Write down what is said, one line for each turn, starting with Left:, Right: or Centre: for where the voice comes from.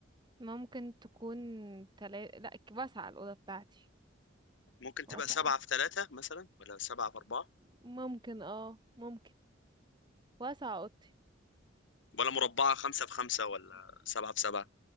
Right: ممكن تكون تلا... لا ك- واسعة الأوضة بتاعتي
Left: ممكن
Right: واسعة
Left: تبقى 7 في 3 مثلا ولا 7 في 4
Right: ممكن اه ممكن واسعة اوضتي
Left: ولا مربعة 5 في 5 ولا 7 في 7